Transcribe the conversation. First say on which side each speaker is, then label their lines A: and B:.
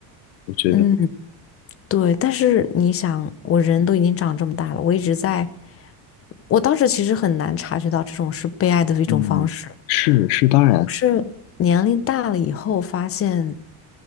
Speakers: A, on the left (about 75°); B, on the left (about 30°).
A: 我觉得，
B: 嗯，对，但是你想，我人都已经长这么大了，我一直在，我当时其实很难察觉到这种是被爱的一种方式。
A: 嗯，是是，当然，
B: 我是年龄大了以后发现，